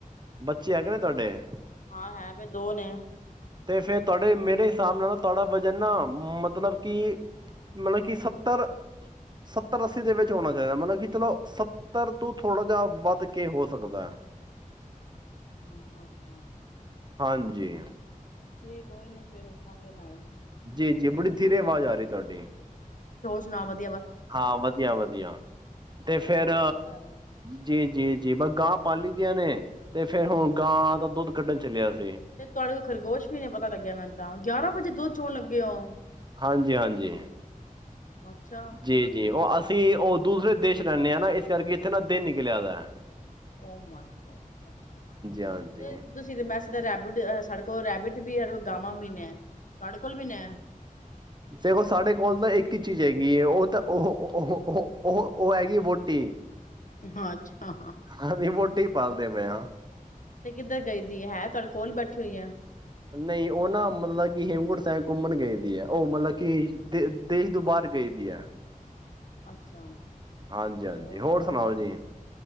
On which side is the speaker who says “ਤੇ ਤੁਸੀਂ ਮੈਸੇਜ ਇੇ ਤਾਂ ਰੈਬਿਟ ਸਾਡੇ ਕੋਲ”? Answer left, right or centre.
Left